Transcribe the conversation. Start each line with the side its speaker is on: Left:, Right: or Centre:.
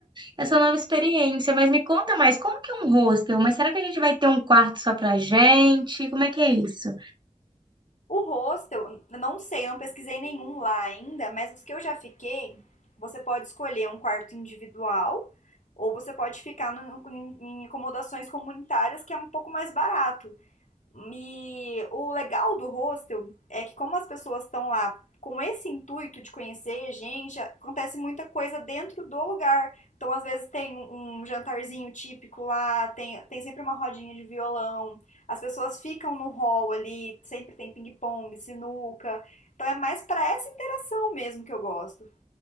Right: essa nova experiência. Mas me conta mais, como que é um hostel? Mas será que a gente vai ter um quarto só pra gente? Como é que é isso?
Left: O hostel, não sei, não pesquisei nenhum lá ainda, mas os que eu já fiquei, você pode escolher um quarto individual ou você pode ficar no- em, em acomodações comunitárias que é um pouco mais barato. E o legal do hostel é que como as pessoas estão lá com esse intuito de conhecer gente, acontece muita coisa dentro do lugar. Então, às vezes tem um um jantarzinho típico lá, tem, tem sempre uma rodinha de violão, as pessoas ficam no hall ali, sempre tem ping-pong, sinuca. Então é mais para essa interação mesmo que eu gosto.